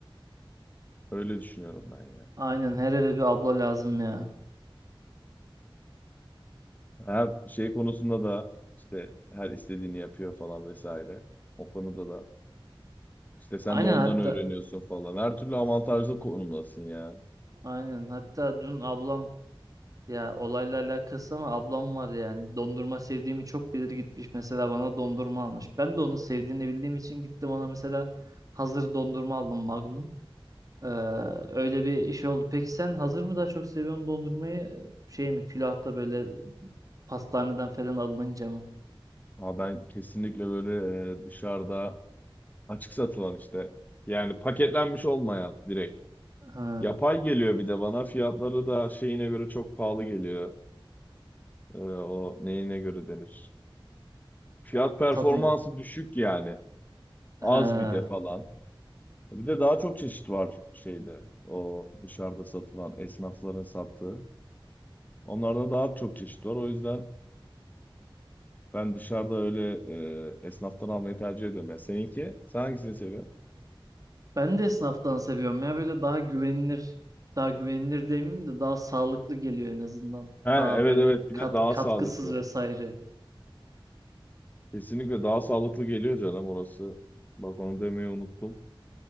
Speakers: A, on the left; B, on the right.
A: Öyle düşünüyorum ben ya.
B: Aynen her eve bir abla lazım ya.
A: Hem şey konusunda da işte her istediğini yapıyor falan vesaire. O konuda da işte sen
B: Aynen
A: de ondan
B: hatta
A: öğreniyorsun falan. Her türlü avantajlı konumdasın ya.
B: Aynen. Hatta dün ablam ya olayla alakası ama ablam var yani. Dondurma sevdiğimi çok bilir gitmiş mesela bana dondurma almış. Ben de onu sevdiğini bildiğim için gittim ona mesela hazır dondurma aldım Magnum. Ee, öyle bir iş oldu. Peki sen hazır mı daha çok seviyorsun dondurmayı? Şey mi külahta böyle pastaneden falan alınınca mı?
A: Ha ben kesinlikle böyle e, dışarıda açık satılan işte yani paketlenmiş olmayan direkt.
B: Ha,
A: Yapay geliyor bir de bana. Fiyatları da şeyine göre çok pahalı geliyor. E, o neyine göre denir? Fiyat performansı
B: tadını.
A: düşük yani. Az
B: Ha.
A: bir de falan. Bir de daha çok çeşit var şeyde. O dışarıda satılan esnafların sattığı. Onlarda daha çok çeşit var. O yüzden ben dışarıda öyle e, esnaftan almayı tercih ediyorum. Ya seninki? Sen hangisini seviyorsun?
B: Ben de esnaftan seviyorum ya böyle daha güvenilir daha güvenilir demeyeyim de daha sağlıklı geliyor en azından.
A: Ha
B: Daha
A: evet
B: böyle
A: evet bir
B: kat,
A: de daha
B: katkısız
A: sağlıklı.
B: vesaire.
A: Kesinlikle daha sağlıklı geliyor canım orası. Bak onu demeyi unuttum.